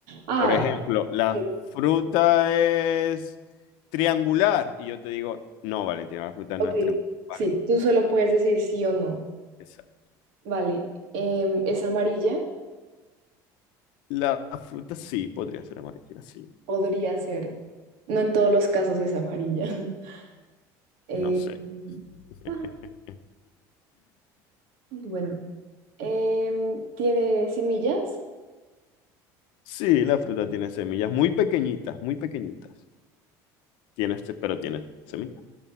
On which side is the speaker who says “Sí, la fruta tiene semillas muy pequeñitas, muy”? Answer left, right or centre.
Left